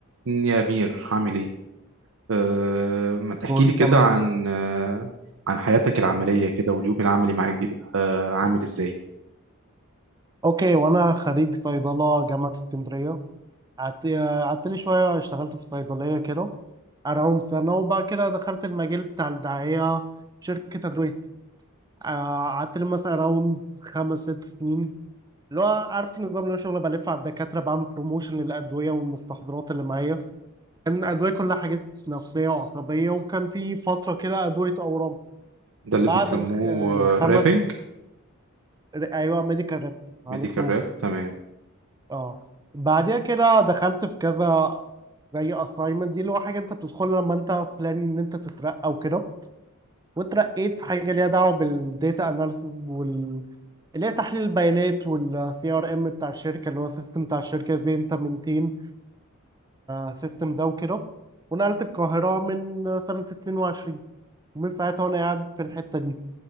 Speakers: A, on the right (about 65°); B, on the right (about 15°).
A: يا أمير عامل إيه؟ أه ما تحكي
B: قول
A: لي كده
B: تمام
A: عن أه عن حياتك العملية كده واليوم العملي معاك بيبقى أه عامل إزاي؟
B: اوكي وانا خريج صيدله جامعه اسكندريه قعدت قعدت لي شويه اشتغلت في صيدليه كده اراوند سنه وبعد كده دخلت المجال بتاع الدعايه في شركه ادويه آه، قعدت لي مثلا اراوند خمس ست سنين اللي هو عارف النظام اللي هو شغل بلف على الدكاتره بعمل بروموشن للادويه والمستحضرات اللي معايا كان أدوية كلها حاجات نفسية وعصبية وكان في فترة كده أدوية أورام
A: ده اللي
B: بعد
A: بيسموه
B: الخ... الخمس
A: آه، رابنج
B: أيوة ميديكال ريب عليك
A: ميديكال
B: نور
A: راب تمام
B: اه بعديها كده دخلت في كذا زي assignment دي اللي هو حاجة انت بتدخلها لما انت plan ان انت تترقى وكده واترقيت في حاجة ليها دعوة بالديتا اناليسز وال اللي هي تحليل البيانات والسي ار ام بتاع الشركة اللي هو السيستم بتاع الشركة ازاي انت منتين السيستم ده وكده ونقلت القاهرة من سنة 22 ومن ساعتها وانا قاعد في الحتة دي